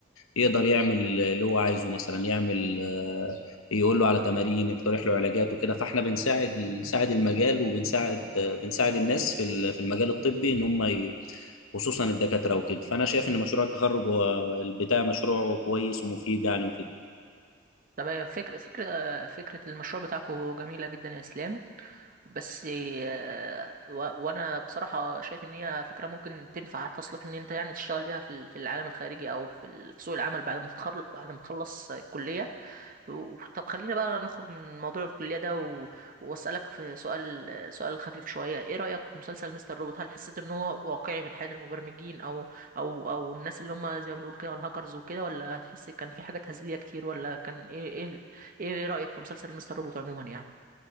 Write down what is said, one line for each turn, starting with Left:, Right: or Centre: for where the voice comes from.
Left: يقدر يعمل اللي هو عايزه مثلا يعمل آه، يقول له على تمارين يقترح له علاجات وكده فاحنا بنساعد بنساعد المجال وبنساعد آه، بنساعد الناس في ال- في المجال الطبي ان هم ي- خصوصا الدكاتره وكده فانا شايف ان مشروع التخرج هو- بتاع مشروع كويس ومفيد يعني وكده
Right: تمام فكرة فكرة فكرة المشروع بتاعكم جميلة جدا يا اسلام بس آه، و- وانا بصراحة شايف ان هي فكرة ممكن تنفع تصلح ان انت يعني تشتغل بيها في ال- في العالم الخارجي او في ال- في سوق العمل بعد ما تتخرج بعد ما تخلص الكلية و- طب خلينا بقى نخرج من موضوع الكلية ده و... وأسألك في سؤال سؤال خفيف شوية إيه رأيك في مسلسل مستر روبوت هل حسيت إن هو واقعي من حياة المبرمجين أو أو أو الناس اللي هم زي ما بنقول كده الهاكرز وكده ولا هتحس كان في حاجة تهزلية كتير ولا كان إيه إيه إيه رأيك في مسلسل مستر روبوت عموما يعني